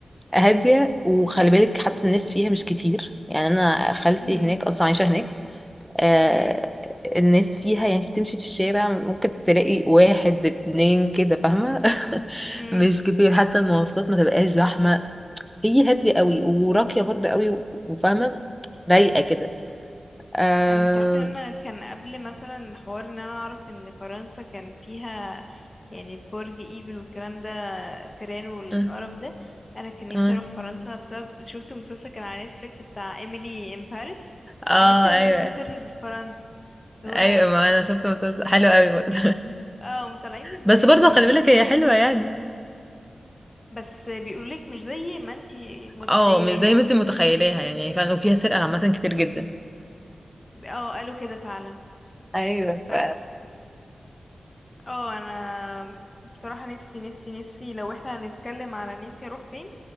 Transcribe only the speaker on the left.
امم
امم
امم
انا تعرفي ان انا كان قبل مثلا حوار ان انا اعرف ان فرنسا كان فيها يعني برج ايفل والكلام ده فيران والقرف
ده انا كان نفسي
اروح فرنسا بسبب شفت مسلسل كان على نتفليكس بتاع ايميلي ان باريس
كان نفسي اسافر
فرنسا اللي
هو
اه مطلعين ان
ال-
ال-
كل
حاجه
نضيفه
بس بيقولولك مش زي ما انتي متخيلاها
اه قالوا كده فعلا
بس
اه انا بصراحة نفسي نفسي نفسي لو احنا هنتكلم على نفسي اروح فين